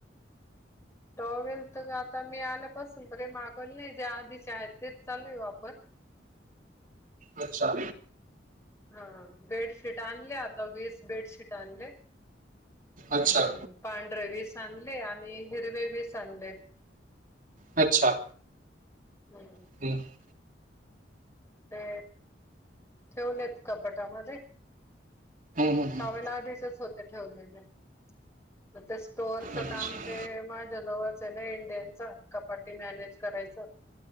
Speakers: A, on the left (about 15°); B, on the right (about 50°).
A: टॉवेल तर आता मी आल्यापासून त काही मागवल नाही, जे आधीचे आहेत तेच चालुय वापर
B: अच्छा!
A: हा बेडशीट आणले आता, वीस बेडशीट आणले अ,
B: अच्छा.
A: पांढरे वीस आणले आणि हिरवे वीस आणले.
B: अच्छा!
A: हम
B: <unintelligible>
A: ते ठेवलेत कपटामध्ये
B: हं, हं, हं.
A: टॉवेल आधीचेच होते ठेवलेले ते स्टोअरच
B: अच्छा.
A: काम हे माझ्याजवळच आहे ना, इंडियनच कपाटी मॅनेज करायच.